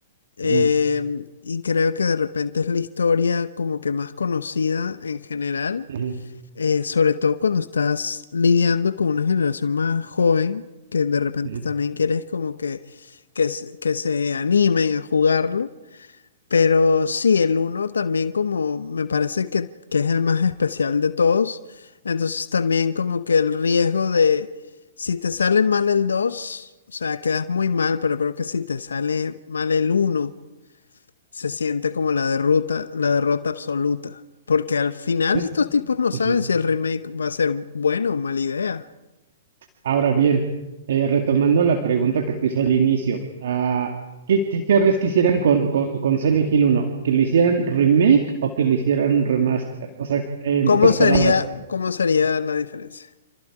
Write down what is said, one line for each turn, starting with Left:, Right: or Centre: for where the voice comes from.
Left: em,
Right: Ujú,
Left: y creo que de repente es la historia como que más conocida en general.
Right: ujú,
Left: eh, sobre todo cuando estás lidiando con una generación más joven, que de repente
Right: ujú.
Left: también quieres como que, que, se- que se animen a jugarlo. Pero sí, el uno también como me parece que, que es el más especial de todos. Entonces también como que el riesgo de si te sale mal el dos o sea, quedas muy mal, pero creo que si te sale mal el uno se siente como la derrota, la derrota absoluta. Porque al final
Right: ¿Ves?
Left: estos tipos no
Right: Ujú.
Left: saben si el remake va a ser bueno o mala idea.
Right: Ahora bien, eh, retomando la pregunta que te hice al inicio, ah, ¿qué, qué querrías que hicieran con, con, con Silent Hill uno? ¿Que lo hicieran remake o que lo hicieran remaster? O sea, en
Left: ¿Cómo
Right: pocas
Left: sería,
Right: palabras,
Left: cómo sería la diferencia?